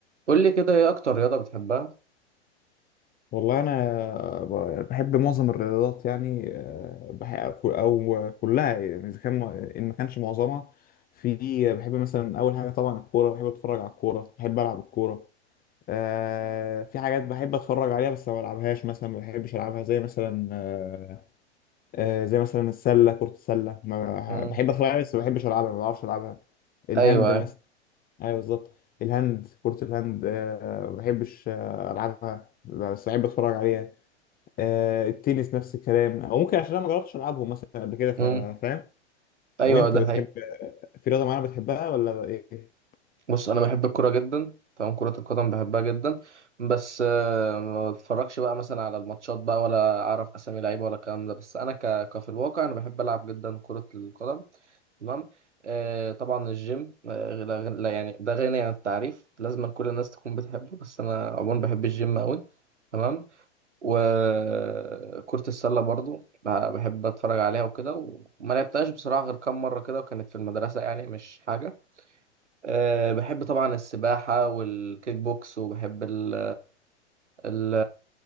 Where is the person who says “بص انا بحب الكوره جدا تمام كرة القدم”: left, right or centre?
Right